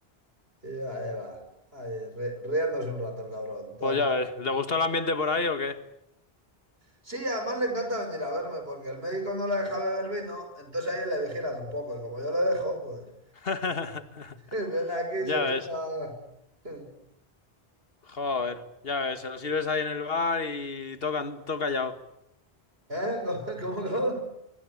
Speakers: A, on the right (about 75°); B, on the left (about 70°).
A: y, y ahí va, ahí, ri- riéndose un rato el cabrón. Todo-
B: Pues ya ves, ¿le gustó el ambiente por ahí o qué?
A: Sí, además le encanta venir a verme porque el médico no le deja beber vino, entonces ahí le vigilan un poco y como yo lo dejo, pues
B: <laughs>
A: <laughs> viene aquí y
B: Ya
A: se chupa.
B: ves.
A: <laughs>
B: Joder, ya ves, se lo sirves ahí en el bar y tocan, todo callado.
A: ¿Eh? ¿Cómo, cómo, cómo?